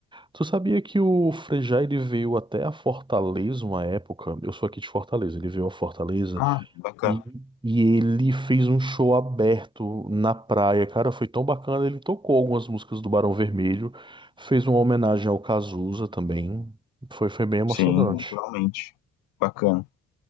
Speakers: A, on the right; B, on the left.
A: Tu sabia que o Frejá ele veio até a Fortaleza uma época? Eu sou aqui de Fortaleza, ele veio a Fortaleza.
B: Ah, bacana.
A: E, e ele fez um show aberto na praia, cara, foi tão bacana. Ele tocou algumas músicas do Barão Vermelho, fez uma homenagem ao Cazuza também. Foi, foi bem emocionante.
B: Sim, naturalmente. Bacana.